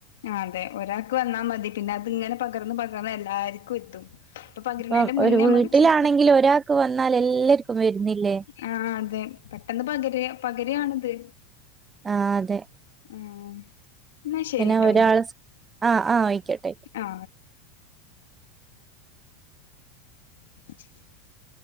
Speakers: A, on the left (about 90°); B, on the right (about 20°).
A: ആ അതെ ഒരാൾക്ക് വന്നാ മതി പിന്നെ അത് ഇങ്ങനെ പകർന്ന് പകർന്ന് എല്ലാർക്കും എത്തും അപ്പൊ പകിരണേന്റെ
B: ഇപ്പം
A: മുന്നേ
B: ഒരു
A: നമ്മുക്ക്
B: വീട്ടിലാണെങ്കിൽ ഒരാൾക്ക് വന്നാൽ എല്ലാർക്കും വരുന്നില്ലേ?
A: ആ അതെ പെട്ടെന്ന് പകര പകരയാണിത്
B: ആ അതെ
A: ആ എന്നാ ശരി
B: പിന്നെ
A: കേട്ടോ
B: ഒരാള് സ് ആഹ് ആഹ് ആയിക്കോട്ടെ.
A: ആ <inaudible>